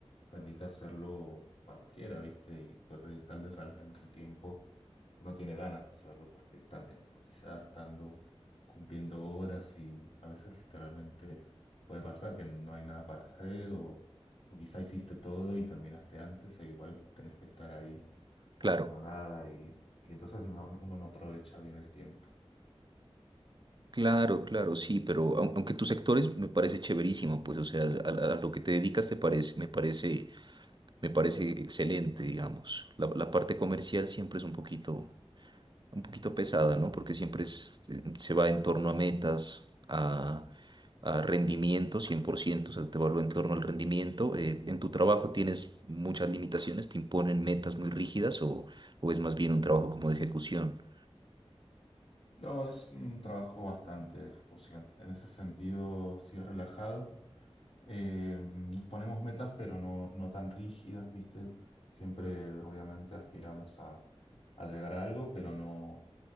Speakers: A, on the left; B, on the right.
A: permita hacerlo cuando quiera, ¿viste? Y poder dedicarle realmente el tiempo que uno tiene ganas de hacerlo, porque también uno quizás estando cumpliendo horas y a veces literalmente puede pasar que no hay nada para hacer o, o quizá hiciste todo y terminaste antes e igual tenés que estar ahí haciendo
B: Claro,
A: nada y, y entonces no- uno no aprovecha bien el tiempo.
B: claro, claro, sí, pero au- aunque tus sectores me parece chéverísimo, pues, o sea, a, a- a lo que te dedicas te parece, me parece Me parece excelente, digamos. La, la parte comercial siempre es un poquito, un poquito pesada, ¿no? Porque siempre es- eh, se va en torno a metas, a, a rendimiento, 100%, o sea, te vuelve en torno al rendimiento. Eh, ¿en tu trabajo tienes muchas limitaciones? ¿Te imponen metas muy rígidas o, o es más bien un trabajo como de ejecución?
A: No, es un trabajo bastante de ejecución. En ese sentido, sí es relajado. Eh, nos ponemos metas, pero no, no tan rígidas, ¿viste? Siempre, obviamente, aspiramos a, a llegar a algo, pero no,